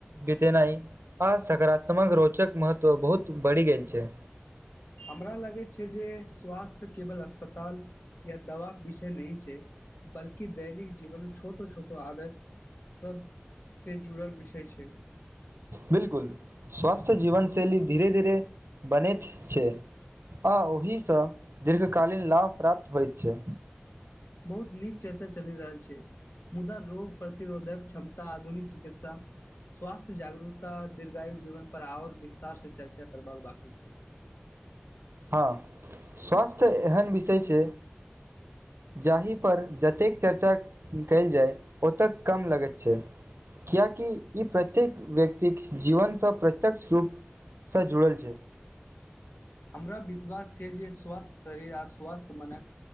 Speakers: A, on the right; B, on the left.
A: बतेनाइ आ सकारात्मक रोचक महत्व बहुत बढ़ि गेल छै
B: हमरा लगैत छै जे स्वास्थ्य केवल अस्पताल या दवाक विषय नहि छै बल्कि दैनिक जीवन छोटो छोटो आदत सब सँ जुड़ल विषय छै
A: बिलकुल स्वस्थ्य जीवनशैली धीरे धीर बने छै आ ओहि सँ दीर्घकालीन लाभ प्राप्त होइत छै
B: बहुत नीक चर्चा चलि रहल छै मुदा रोग प्रतिरोधक क्षमता आधुनिक चिकित्सा स्वास्थ्य जागरूकता दीर्घायु जीवन पर आओर विस्तार से चर्चा करबाक बाकी छै <inaudible>
A: हँ स्वास्थ्य एहन विषय छै जाहि पर जतेक चर्चा कयल जाय ओतेक कम लगैत छै कियकि ई प्रत्येक व्यक्तिक जीवन सँ प्रत्यक्ष रूप स जुड़ल छै
B: हमरा विश्वास छै जे स्वस्थ शरीर आ स्वास्थ मनक